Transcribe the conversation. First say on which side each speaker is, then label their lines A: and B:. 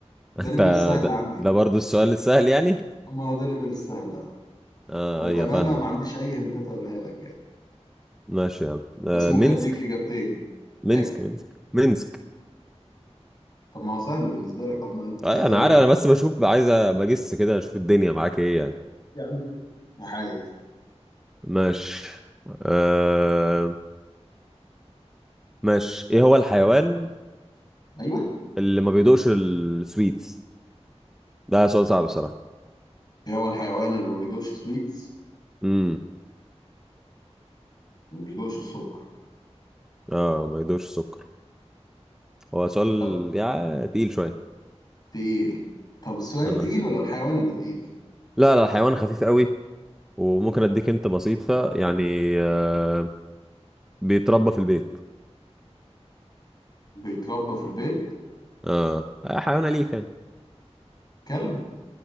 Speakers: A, on the left; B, in the centre.
A: ده
B: <laughs> انت
A: ليفل السهل
B: ده,
A: عندي
B: ده برضو السؤال السهل يعني
A: ما هو ده ليفل السهل اه
B: اه
A: وبأمانة
B: ايوه فاهمك
A: ما عنديش أي هنتات أقولها لك يعني
B: ماشي يا عم آه
A: بس ممكن
B: مينسك
A: أديك إجابتين
B: مينسك
A: إيه؟
B: مينسك مينسك
A: طب ما هو سهل بالنسبة لك أمال أنت بتستهبل
B: ايوه انا عارف
A: ليه؟
B: انا بس بشوف عايز بجس كده اشوف الدنيا معاك ايه يعني
A: يا عم ماشي وحايد
B: ماشي آه ماشي ايه هو الحيوان
A: أيوه
B: اللي ما بيدوقش السويتس ده سؤال صعب بصراحة
A: إيه هو الحيوان اللي ما بيدوقش سويتس
B: امم
A: وما بيدوقش السكر
B: اه ما يدوقش السكر هو سؤال
A: طب
B: يعني تقيل شوية
A: تقيل طب السؤال
B: آه.
A: تقيل ولا الحيوان اللي تقيل؟
B: لا لا الحيوان خفيف قوي وممكن اديك انت بسيطة يعني آه بيتربى في البيت
A: بيتربى في البيت
B: اه آه، حيوان أليف يعني
A: كلب